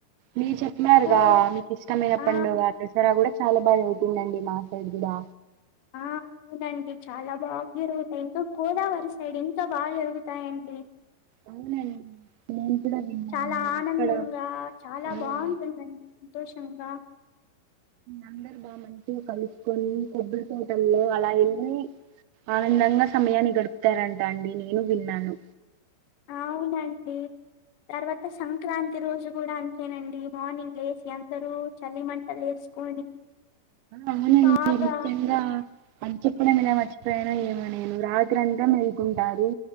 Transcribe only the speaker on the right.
మీరు చెప్పినారుగా
మీకు ఇష్టమైన
పండుగా దసారా కూడా చాలా బాగా అవుతుందండి మా సైడ్ కూడా
అవునండి నేను కూడా విన్నాను
అక్కడ
ఆ,
ఉమ్,
అందరు బా మంచిగా కలుసుకొని కొబ్బరి తోటల్లో అలా వెళ్ళి ఆనందంగా సమయాన్ని గడుపుతారంట అండి నేను విన్నాను
అవునండి
ముఖ్యంగా అ చెప్పినాను కదా <unintelligible> ఏమైనా ఇంగ రాత్రి అంతా మెళ్ళకుంటారు